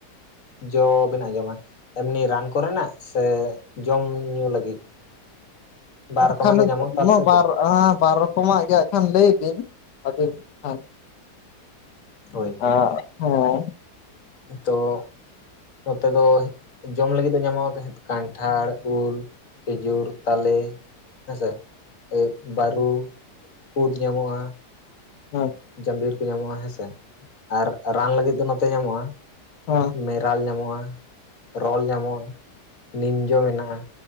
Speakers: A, on the left; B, on the left.
A: ᱡᱚ ᱵᱮᱱ ᱟᱸᱡᱚᱢᱟ ᱮᱢᱱᱤ ᱨᱟᱱ ᱠᱚᱨᱮᱱᱟᱜ ᱥᱮ ᱡᱚᱢ ᱧᱩ ᱞᱟᱹᱜᱤᱫ? <unintelligible>
B: ᱦᱟᱸᱜ ᱠᱷᱟᱱ
A: ᱜᱮ ᱧᱟᱢᱚᱜ ᱛᱚ ᱟᱞᱮ
B: ᱱᱚᱣᱟ
A: ᱥᱮᱫ
B: ᱵᱟᱨ
A: ᱫᱚ
B: ᱟᱻ ᱵᱟᱨ ᱨᱚᱠᱚᱢᱟᱜ ᱜᱮ ᱦᱟᱸᱜ ᱠᱷᱟᱱ ᱞᱟᱹᱭ ᱵᱤᱱ ᱟᱹᱵᱤᱱ ᱦᱮᱸ
A: ᱦᱳᱭ
B: ᱟᱸᱜ ᱦᱮᱸ
A: ᱛᱚ ᱱᱚᱛᱮ ᱫᱚ ᱡᱚᱢ ᱞᱟᱹᱜᱤᱫ ᱫᱚ ᱧᱟᱢᱚᱜ ᱠᱟᱱᱴᱷᱟᱲ ᱩᱞᱼᱼ ᱠᱷᱮᱡᱩᱨ ᱛᱟᱞᱮ ᱦᱮᱸᱥᱮ ᱵᱟᱨᱩ ᱠᱩᱫᱽ ᱧᱟᱢᱚᱜᱼᱟ᱾
B: ᱦᱳᱭ
A: ᱡᱟᱸᱵᱤᱨ ᱠᱚ ᱧᱟᱢᱚᱜᱼᱟ ᱦᱮᱸᱥᱮ ᱟᱨ ᱨᱟᱱ ᱞᱟᱜᱤᱫ ᱫᱚ ᱱᱚᱛᱮ ᱧᱟᱢᱚᱜᱼᱟᱼᱼ
B: ᱦᱚᱭ
A: ᱢᱮᱨᱟᱞ ᱧᱟᱢᱚᱜᱼᱟ᱾ ᱨᱚᱞ ᱧᱟᱢᱚᱜᱼᱟ ᱱᱤᱢ ᱡᱚ ᱢᱮᱱᱟᱜᱼᱟ